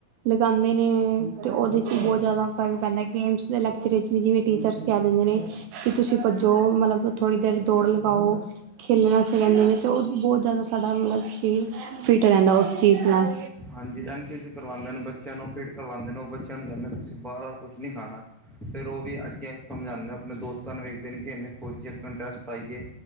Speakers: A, on the right; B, in the centre.
A: ਲਗਾਉਂਦੇ ਨੇਂ, ਤੇ ਉਹਦੇ ਚ ਵੀ ਬਹੁਤ ਜਿਆਦਾ ਫਰਕ ਪੈਂਦਾ ਏ। ਗੇਮਸ ਦੇ ਲੈਕਚਰ ਇਚ ਵੀ ਜਿਵੇਂ ਟੀਚਰਸ ਕਹਿ ਦਿੰਦੇ ਨੇ ਕਿ ਤੁਸੀਂ ਭੱਜੋ, ਮਤਲਬ ਥੋੜ੍ਹੀ ਦੇਰ ਦੌੜ ਲਗਾਓ। ਖੇਲਣਾ ਸ ਕਹਿੰਦੇ ਨੇ ਅਤੇ ਉਹ ਬਹੁਤ ਜ਼ਿਆਦਾ ਸਾਡਾ ਮਤਲਬ ਸਰੀਰ ਫਿੱਟ ਰਹਿੰਦਾ, ਉਸ ਚੀਜ਼ ਨਾਲ।
B: ਹਾਂਜੀ ਐਨ ਸੀ ਸੀ ਅਸੀ ਕਰਵਾਉਂਦੇ ਨੇ, ਬੱਚਿਆਂ ਨੂੰ ਫਿਟ ਕਰਵਾਉਂਦੇ ਨੇ, ਉਹ ਬੱਚਿਆਂ ਨੂੰ ਕਹਿੰਦੇ ਤੁਸੀਂ ਬਾਹਰ ਦਾ ਕੁਛ ਨਹੀਂ ਖਾਣਾ। ਫਿਰ ਉਹ ਵੀ ਅੱਗੇ ਸਮਝ ਆਉਂਦੇ ਨੇ, ਆਪਣੇ ਦੋਸਤਾਂ ਨੂੰ ਵੇਖਦੇ ਨੇ ਕਿ ਇੰਨੇ ਫੌਜੀ ਆਪ ਇੰਡਰੈਸਟ ਪਾਈਏ।